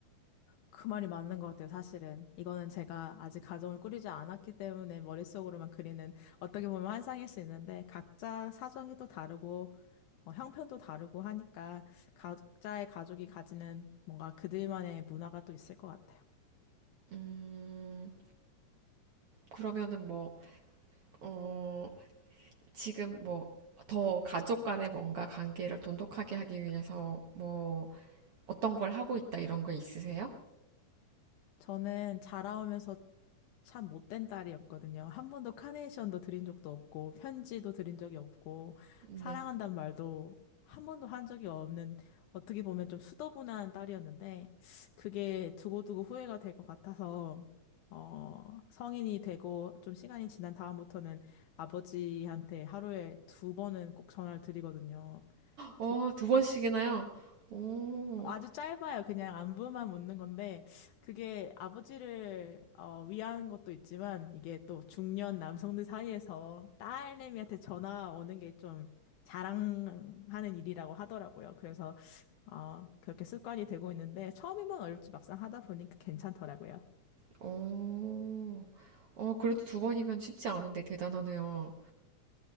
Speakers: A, on the left; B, on the right.
A: 그 말이 맞는 것 같아요, 사실은. 이거는 제가 아직 가정을 꾸리지 않았기 때문에 머릿속으로만 그리는 어떻게 보면 환상일 수 있는데 각자 사정이 또 다르고 어, 형편도 다르고 하니까 각자의 가족이 가지는 뭔가 그들만의 문화가 또 있을 것 같아요.
B: 음, 그러면은 뭐, 어, 지금 뭐 더 가족 간의 뭔가 관계를 돈독하게 하기 위해서 뭐 어떤 걸 하고 있다 이런 거 있으세요?
A: 저는 자라오면서 참 못된 딸이었거든요. 한 번도 카네이션도 드린 적도 없고, 편지도 드린 적이 없고,
B: 네.
A: 사랑한단 말도 한 번도 한 적이 없는, 어떻게 보면 좀 수더분한 딸이었는데, 그게 두고두고 후회가 될 것 같아서, 어, 성인이 되고 좀 시간이 지난 다음부터는 아버지한테 하루에 두 번은 꼭 전화를 드리거든요.
B: 어,
A: 그
B: 두 번씩이나요? 오,
A: 아주 짧아요. 그냥 안부만 묻는 건데, 그게 아버지를 어, 위한 것도 있지만, 이게 또 중년 남성들 사이에서 딸내미한테 전화 오는 게 좀 자랑하는 일이라고 하더라고요. 그래서 어, 그렇게 습관이 되고 있는데, 처음이면 어렵지 막상 하다 보니까 괜찮더라고요.
B: 오, 어, 그래도 두 번이면 쉽지 않은데 대단하네요.